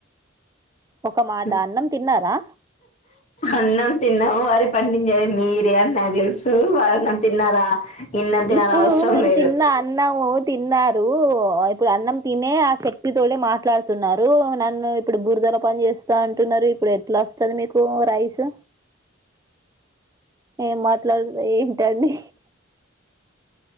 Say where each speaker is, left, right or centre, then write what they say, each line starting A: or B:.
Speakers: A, on the right (about 15°); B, on the left (about 35°).
A: ఒక మాట
B: హ్
A: అన్నం తిన్నారా
B: అన్నం తిన్నం అరి పండించేది మీరే అనీ నాకు తెలుసు అన్నం తిన్నారా ఇన్నం తినాల
A: ఇప్పుడు
B: అవసరం
A: మీరు
B: లేదు
A: తిన్న అన్నము తిన్నారు ఇప్పుడు అన్నం తినే ఆ శక్తి తోనే మాట్లాడుతున్నారు నన్ను ఇప్పుడు బురదలో పని చేస్తా అంటున్నారు ఇప్పుడు ఎట్లా వస్తది మీకు రైస్ ఏ మాట్లాడుద ఏం అండి